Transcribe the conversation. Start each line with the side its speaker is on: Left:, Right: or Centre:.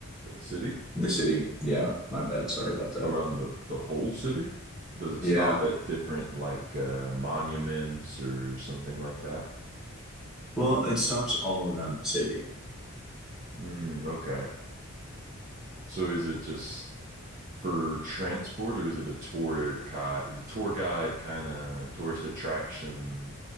Right: the city?
Centre: the city. Yeah, my bad. Sorry about that.
Right: around the the whole city? Does it
Centre: Yeah.
Right: stop at different like uh monuments or something like that?
Centre: Well, it stops all around the city.
Right: Mm, okay. So is it just for transport or is it a tour guide, the tour guide kind of tourist attraction